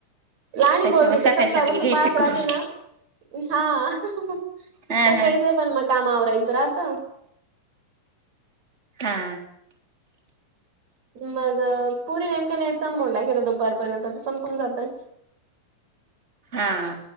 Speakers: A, on the right (about 55°); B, on the right (about 20°).
A: लाणी
B: त्याच्यावर
A: बोरगी
B: सकाळी
A: तर, सकाळ
B: सकाळी
A: बसून
B: घ्यायचे
A: पात राहती
B: करून
A: ना. हा <unintelligible>
B: हा
A: पण
B: हा
A: मग काम आवरयचं राहत.
B: हा.
A: मग, पुरी नेमक नेट संपून टाकित, दुपारपर्यंत. संपून जातय.
B: हा